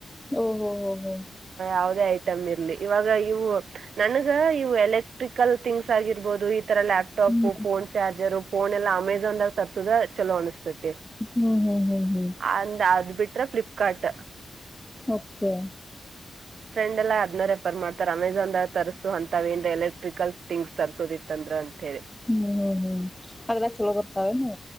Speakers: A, in the centre; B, on the right (about 75°).
A: ಓಹೋ ಹೋ ಹೋ
B: ಅವ ಐಟಮ್ ಇರ್ಲಿ ಇವಾಗ ಇವು ನನಗ ಇ ಎಲೆ ಎಲೆಕ್ಟ್ರಿಕಲ್ ಥಂಗ್ಸ್ಗಿರ್ಬಹುದು ಈ ತರ ಲ್ಯಾಪ್ಟಾಪಪ್
A: ಹ್ಮ್
B: ಫೋನ್ ಚಾರ್ಜರ್ ಫೋನ್ ಎಲ್ಲ ಅಮೆಜಾನ್ಾಗ ತರ್ಸದ ಚಲೋ ಅನಿಸ್ತತಿ
A: ಹ್ಮ್ ಹ್ಮ್ ಹ್ಮ್ ಹ್ಮ್
B: ಅಂದ ಅದು ಬಿಟ್ರ ಫ್ಲಿಪ್ಕಾರಾರ್ಟ್
A: ಓಕೆ
B: ಲ್ಲ ಅದ್ ರೆಪರ್ ಮಾಡತಾರೆ ಅಮೆಜಾನ್ ತರಿಸು ಅಂತಾವೇಂದ ಎಲೆಕ್ಟ್ರಿಕಲ್ ಥಿಂಗ್ಸ್ ತರಿಸೋುದಿತ್ತಂದ್ರ ಅಂತೇಳಿ
A: ಹ್ಮ್ ಹ್ಮ್ ಹ್ಮ್ ಅದೆಲ್ಲ ಚಲೋ ಬರ್ತಾವೇನು